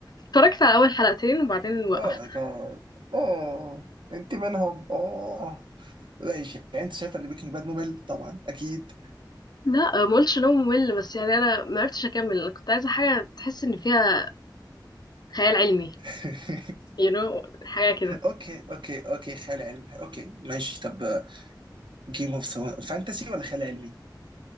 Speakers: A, on the left; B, on the right.
A: اتفرجت على اول حلقتين وبعدين وقفت
B: اوه ماي جاد اوه انت منهم اوه ماشي يعني انت شايفه ان بريكنج باد ممل طبعا اكيد
A: لا ما قلتش ان هو ممل بس يعني انا ما عرفتش اكمل انا كنت عايزه حاجه تحس ان فيها خيال علمي
B: <laughs>
A: you know حاجه كده
B: اوكي اوكي اوكي خيال علمي اوكي ماشي طب جيم اوف ثرونز فانتسي ولا خيال علمي